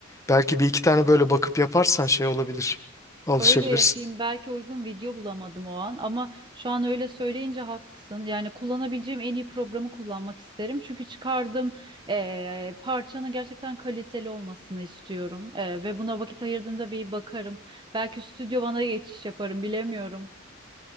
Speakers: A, on the left; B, on the right.
A: belki bir iki tane böyle bakıp yaparsan şey olabilir. Alışabilirsin.
B: öyle yapayım. Belki uygun video bulamadım o an ama şu an öyle söyleyince haklısın. Yani kullanabileceğim en iyi programı kullanmak isterim. Çünkü çıkardığım eee, parçanın gerçekten kaliteli olmasını istiyorum. Eee, ve buna vakit ayırdığımda bir bakarım. Belki Studio One'a geçiş yaparım bilemiyorum.